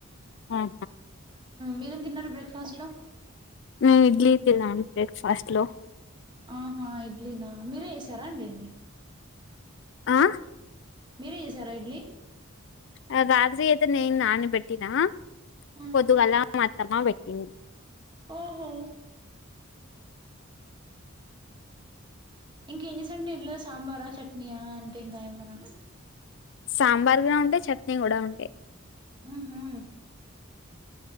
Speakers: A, on the left (about 60°); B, on the right (about 20°).
A: ఉహు
B: మీరేం తిన్నరు బ్రేక్ఫాస్ట్ లో
A: నేను ఇడ్లీ తిన్నాను బ్రేక్ఫాస్ట్ లో
B: ఆహా ఇడ్లీనా మీరే చేసారాండి
A: ఆ
B: మీరే చేసారా ఇడ్లీ
A: ఆ గాగ్జీ అయితే నేను నాన బెట్టినా
B: ఆ
A: పొద్దుగల మా అత్తమ్మ పెట్టింది
B: ఓహో ఇంకా ఎంజేస్తేరు ఇట్లో సాంబారా చట్నీయా అంటే ఇంకాయేమన్న
A: సాంబార్ కూడా ఉండే చట్నీ కూడా ఉండే
B: ఉ ఉ